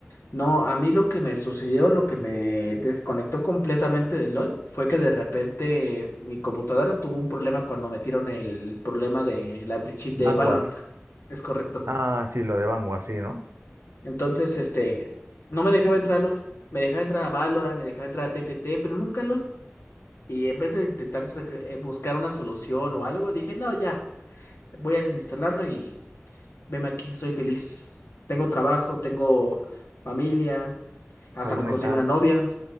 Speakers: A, on the left; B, on the right.
A: No, a mí lo que me sucedió, lo que me desconectó completamente de LOL, fue que de repente mi computadora tuvo un problema cuando metieron el problema del anti-cheat
B: Vanguard,
A: de Valorant. Es correcto.
B: ah, sí, lo de Vanguard, sí, ¿no?
A: Entonces, este, no me dejaba entrar a LOL. Me dejaba entrar a Valorant, me dejaba entrar a TFT, pero nunca a LOL. Y en vez de intentar rec- eh, buscar una solución o algo, dije, no, ya, voy a desinstalarlo y Veme aquí, soy feliz. Tengo trabajo, tengo familia, hasta
B: Salud
A: me
B: mental.
A: conseguí una novia,